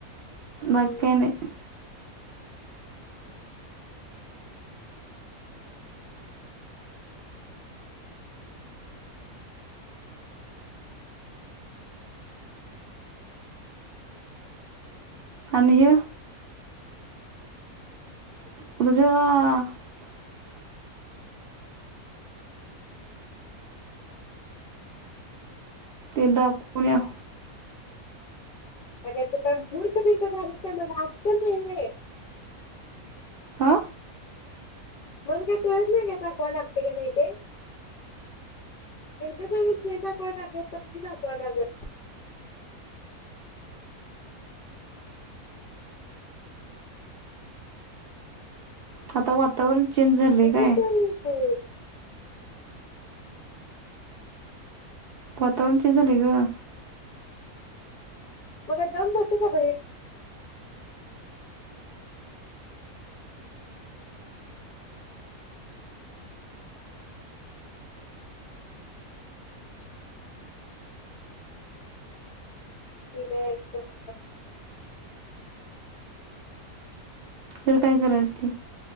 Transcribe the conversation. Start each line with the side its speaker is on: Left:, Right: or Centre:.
Right: <inaudible> बाकी
Left: हम्म
Right: काय नाही. आणि य <unintelligible> ते दाखवून या.
Left: अग तू तर मूर्खबिरकं झालीस, मग अक्कल नाही आहे होय,
Right: हा.
Left: मण काय कळत नाही का दाखवा लागते का नाही ते, एकदा सांग नाही दाखवा लागत तर नही दाखवा लागत.
Right: आता वातावरण
Left: म
Right: चेंज झालंय काय
Left: <inaudible>
Right: वातावरण चेंज झालय ग,
Left: मग जाऊन बसूचा ख एक <unintelligible>
Right: तर काय करायचं ते?